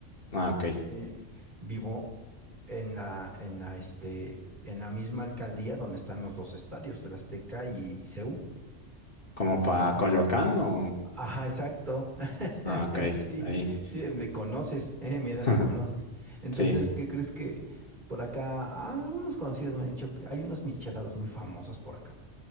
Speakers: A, on the left (about 45°); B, on the right (about 40°).
A: Ah, ok.
B: eh, vivo en la, en la, este, en la misma alcaldía donde están los dos estadios, el Azteca y CU.
A: ¿Como
B: O sea,
A: para Coyoacán o...?
B: ajá, exacto. <laughs>
A: Ah, ok.
B: Sí,
A: Ahí.
B: sí, me conoces, eh, mira,
A: <laughs>
B: sí conoces. Entonces,
A: Sí,
B: ¿qué crees que por acá? ah, algunos conocidos me han dicho que hay unas micheladas muy famosas por acá